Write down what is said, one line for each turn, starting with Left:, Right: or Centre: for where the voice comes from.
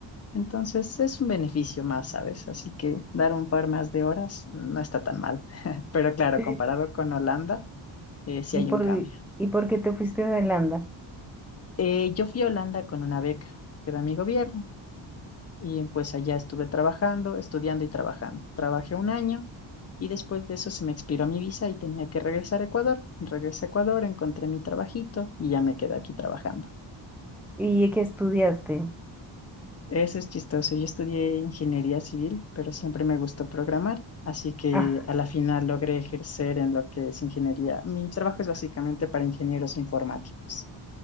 Left: Entonces es un beneficio más, ¿sabes? Así que dar un par más de horas no está tan mal. <laughs> Pero claro,
Centre: <laughs>
Left: comparado con Holanda, eh, si
Centre: ¿Y
Left: hay
Centre: por,
Left: un cambio.
Centre: y por qué te fuiste a Holanda?
Left: Eh, yo fui a Holanda con una beca que da mi gobierno y pues allá estuve trabajando, estudiando y trabajando. Trabajé un año y después de eso se me expiró mi visa y tenía que regresar a Ecuador. Regresé a Ecuador, encontré mi trabajito y ya me quedé aquí trabajando.
Centre: ¿Y qué estudiaste?
Left: Eso es chistoso. Yo estudié ingeniería civil, pero siempre me gustó programar, así que
Centre: Ah,
Left: a la final logré ejercer en lo que es ingeniería. Mi trabajo es básicamente para ingenieros informáticos.